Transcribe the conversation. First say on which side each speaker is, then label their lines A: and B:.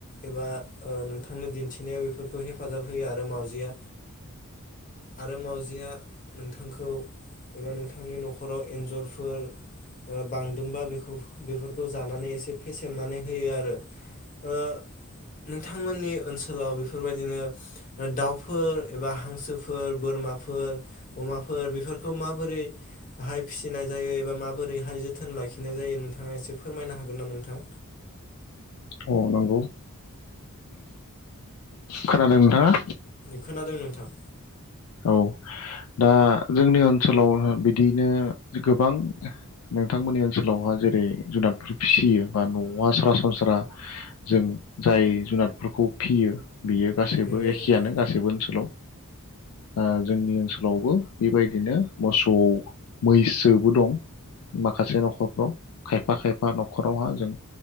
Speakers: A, on the left; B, on the left.
A: एबा ओ नोंथांनो दिन्थिनायाव बेफोरखौ हेफाजाब होयो आरो मावजिया आरो मावजिया नोंथांखौ एबा नोंथांनि न'खराव एन्जरफोर ओ बांदोंबा बे बेफोरखौ जानानै एसे फेसेमनानै होयो आरो ओ नोंथांमोननि ओनसोलाव बेफोरबायदिनो दाउफोर एबा हांसोफोर बोरमाफोर अमाफोर बेफोरखौ माबोरैहाय फिसिनाय जायो एबा माबोरैहाय जोथोन लाखिनाय जायो नोंथाङा एसे फोरमायनो हागोन ना नोंथां?
B: औ नंगौ खोनादों नोंथाङा?
A: खोनादों नोंथां
B: औ दा जोंनि ओनसोलाव बिदिनो गोबां नोंथांमोननि ओनसोलावहा जेरै जुनादफोर फिसियो बा न'हा सरासनस्रा जों जाय जुनादफोरखौ फियो। बियो गासैबो
A: नंगौ
B: एखेयानो
A: नंगौ
B: गासैबो ओनसोलाव। ओ जोंनि ओनसोलावबो बेबायदिनो मोसौ मैसोबो दं माखासे न'खरफ्राव खायफा खायफा न'खरावहा जों